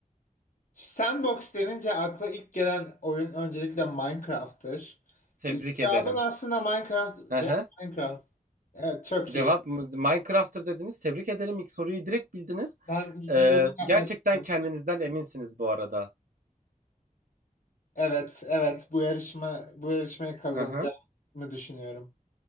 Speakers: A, on the left; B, on the right.
A: Sandbox denince akla ilk gelen oyun öncelikle Minecraft'tır.
B: Tebrik
A: Cevabın
B: ederim.
A: aslında Minecraft.
B: Hı
A: Cevap
B: hı.
A: Minecraft. Evet, çok
B: Cevap
A: iyi.
B: Minecraft'tır dediniz. Tebrik ederim. İlk soruyu direkt bildiniz.
A: Ben
B: Ee,
A: bir yorum yapmak
B: gerçekten
A: istemiştim.
B: kendinizden eminsiniz bu arada.
A: Evet, evet. Bu yarışma bu yarışmayı kazanacağımı
B: Hı hı.
A: düşünüyorum.